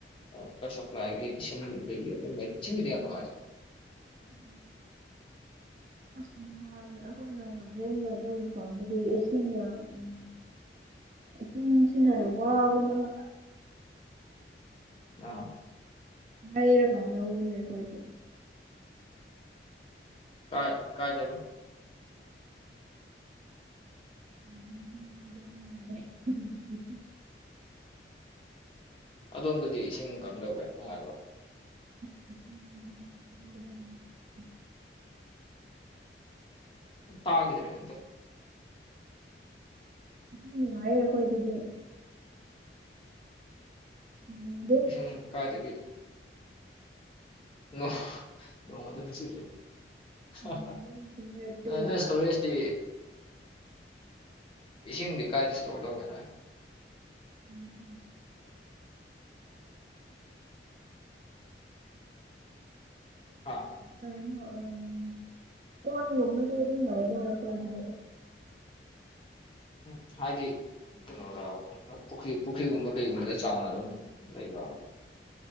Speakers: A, on the left; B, on the right.
A: ꯋꯥꯇ꯭ꯔ ꯁꯄ꯭ꯂꯥꯏꯒꯤ ꯏꯁꯤꯡꯗꯤ ꯂꯩ ꯑꯗꯨꯝ ꯂꯩ ꯏꯁꯤꯡꯕꯨꯗꯤ ꯌꯥꯝ ꯅꯨꯡꯉꯥꯏꯗ
B: ꯎꯝ <unintelligible> ꯏꯁꯤꯡꯅ ꯑꯝ ꯏꯁꯤꯡꯁꯤꯅ ꯋꯥꯕꯅꯦꯕ
A: ꯑꯥ
B: ꯂꯩꯔꯒ ꯂꯧꯕꯅꯦ ꯑꯈꯣꯏꯁꯨ
A: ꯀꯥꯏ ꯀꯥꯏ ꯗꯕ
B: <unintelligible>
A: ꯑꯗꯣꯝꯗꯗꯤ ꯏꯁꯤꯡ ꯀꯝ ꯗꯧꯒꯦ ꯅꯨꯡꯉꯥꯏꯕ꯭ꯔꯣ
B: <unintelligible>
A: ꯇꯥꯒꯤꯗ꯭ꯔꯦ ꯑꯃꯇ
B: ꯏꯁꯤꯡ ꯅꯨꯡꯉꯥꯏꯌꯦ ꯑꯩꯈꯣꯏꯒꯤꯗꯤ ꯎꯝ
A: ꯏꯁꯤꯡ ꯀꯥꯏꯗꯒꯤ ꯅꯣꯡ ꯅꯣꯡ ꯑꯗꯨꯝ ꯆꯨꯍꯦ ꯍꯥ
B: ꯅꯣꯡ
A: ꯍꯥ
B: ꯑꯗꯨꯝ ꯆꯨꯋꯦ ꯑꯗꯨꯒ
A: ꯅꯣꯏ ꯏꯁꯇꯣꯔꯦꯖ ꯇꯤ ꯏꯁꯤꯡꯗꯤ ꯀꯥꯏꯗ ꯏꯁꯇꯣꯔ ꯇꯧꯒꯦ ꯅꯣꯏ
B: ꯎꯝ ꯎꯝ
A: ꯍꯥ
B: ꯀꯥꯏꯩꯅ ꯑꯥ ꯀꯣꯟꯒꯨꯝꯕꯁꯨ ꯑꯗꯨꯝ ꯇꯧꯕ ꯑꯩꯈꯣꯏ ꯑꯗꯨꯒ
A: ꯎꯝ ꯍꯥꯏꯗꯤ ꯀꯩꯅꯣꯗꯕ ꯄꯨꯈ꯭ꯔꯤ ꯄꯨꯈ꯭ꯔꯤꯒꯨꯝꯕ ꯀꯩꯒꯨꯝꯕꯗ ꯆꯥꯎꯅ ꯑꯗꯨꯝ ꯂꯩꯕ꯭ꯔꯕꯥ